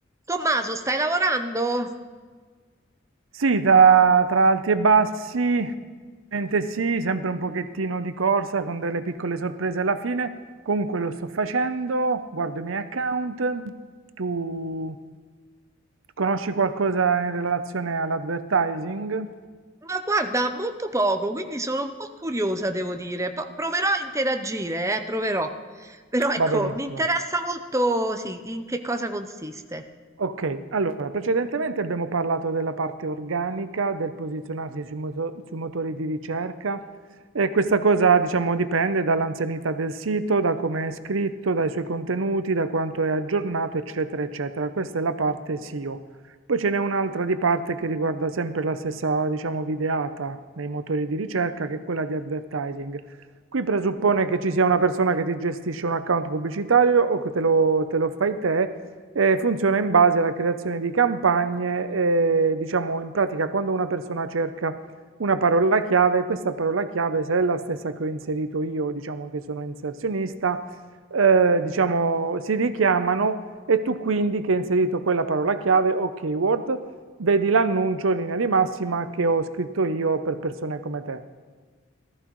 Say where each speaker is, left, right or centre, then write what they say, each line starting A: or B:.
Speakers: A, on the right (about 15°); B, on the right (about 80°).
A: Tommaso, stai lavorando?
B: Sì, tra, tra alti e bassi, ovviamente sì, sempre un pochettino di corsa con delle piccole sorprese alla fine. Comunque lo sto facendo, guardo i miei account. Tu conosci qualcosa in relazione all'advertising?
A: Ma guarda, molto poco, quindi sono un po' curiosa, devo dire. Po- proverò a interagire, eh, proverò. Però ecco,
B: Va benissimo.
A: mi interessa molto, sì, in che cosa consiste.
B: Ok, allora precedentemente abbiamo parlato della parte organica, del posizionarsi sui, moto- sui motori di ricerca e questa cosa diciamo dipende dall'anzianità del sito, da come è scritto, dai suoi contenuti, da quanto è aggiornato, eccetera, eccetera. Questa è la parte SEO. Poi ce n'è un'altra di parte che riguarda sempre la stessa, diciamo, videata nei motori di ricerca, che è quella di advertising. Qui presuppone che ci sia una persona che ti gestisce un account pubblicitario o che te lo te lo fai te e funziona in base alla creazione di campagne, eh, diciamo in pratica quando una persona cerca una parola chiave, questa parola chiave, se è la stessa che ho inserito io, diciamo che sono inserzionista, eh, diciamo si richiamano e tu quindi che hai inserito quella parola chiave o keyword, vedi l'annuncio in linea di massima che ho scritto io per persone come te.